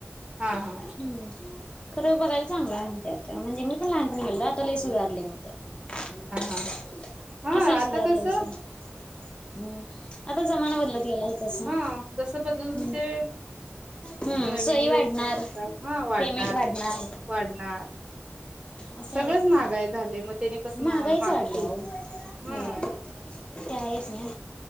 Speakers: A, on the right (about 25°); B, on the left (about 25°).
A: हा हा
B: हम्म्म, खरं बघायला चांगलाय म्हणत्यात. म्हणजे मी पण लहानपण गेलतं आता लय सुधारलंय म्हणत्यात.
A: <inaudible>
B: <inaudible>
A: हा
B: असेल
A: आता
B: सुधारलं
A: कसं
B: असं. हम्म, आता जमाना बदलत गेला आहे तसं‌.
A: हा जसं बदलल
B: हम्
A: तसं ते
B: हम्म.
A: नवीन
B: सोय
A: युग
B: वाढणार,
A: नवीन काय हा
B: पेमेंट वाढणार.
A: ते वाढणार
B: असं
A: सगळंच
B: आहेच की.
A: महागाई झालंय मग त्याने कसं
B: महागाईच
A: महा मागं
B: वाढल्या
A: ठेवतील
B: आओ. हां,
A: हम्म
B: ते आहेच ना.